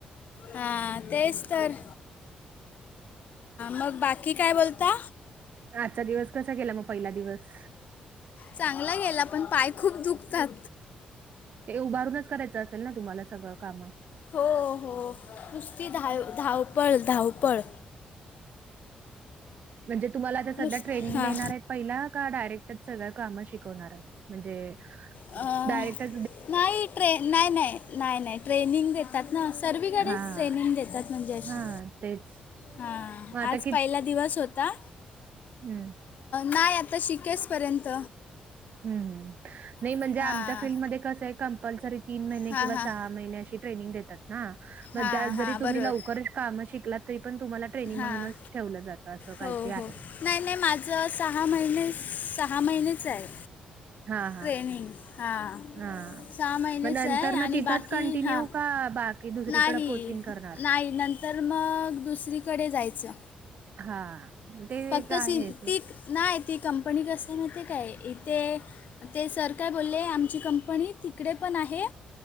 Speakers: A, on the left; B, on the right.
A: हा. तेच तर मग बाकी काय बोलता.
B: आजचा दिवस कसा केला मग पहिला दिवस.
A: चांगला गेला पण पाय खूप दुखतात.
B: ते उभारूनच करायचं असेल ना तुम्हाला सगळं कामं?
A: हो हो नुसती धाव धावपळ धावपळ
B: म्हणजे तुम्हाला ते सध्या
A: नुस
B: ट्रेनिंग
A: हां
B: देणार आहेत. पहिला का डायरेक्टर सग काम शवणार म्हणजे
A: अं,
B: डायरेक्टर.
A: नाही ट्रे नाही नाही नाही नाही ट्रेनिंग देतात ना सर्वीकडेच
B: हां,
A: ट्रेनिंग देतात. म्हणजे अशी
B: हां तेच.
A: हा
B: मग आता
A: आज पहिला दिवस होता.
B: हम्म.
A: नाही आता शिकेचपर्यंत
B: ह् नाही
A: हां
B: म्हणजे आमच्या फीलल्डमध्येध्ये कस आहे कंपल्सरी तीन महिने
A: हां
B: किंवा
A: हां
B: सहा महिने अशी ट्रेनिंग देतात ना मग
A: हां हां
B: जरि तुम्ही
A: बरोबर
B: लवकर काम शिकलात तरीपण तुम्हाला? ट्रेनी म्हणूनच
A: हां
B: ठेवलं जातं असं काहीतरी
A: हो
B: आहे.
A: हो नाही नाही माझं सहा महिने सहा महिनेच आहे.
B: हां, हां.
A: ट्रेनिंग हां
B: हां.
A: सहा महिनेच
B: मग नंतर
A: आहे
B: ना
A: आणि
B: तिथंच
A: बाकी
B: कंटिन्यू
A: हा.
B: का बाकी दुसरीकडे
A: नाही
B: पोस्टिंग करणार?
A: नाही नंतर मग दुसरीकडे जायचं.
B: हा ते
A: फक्त
B: का आहे
A: सिं
B: ते
A: ती नाही ती कंपनी कसं आहे माहीते काय इथे ते सर काय बोलले आमची कंपनी ति तिकडे पण आहे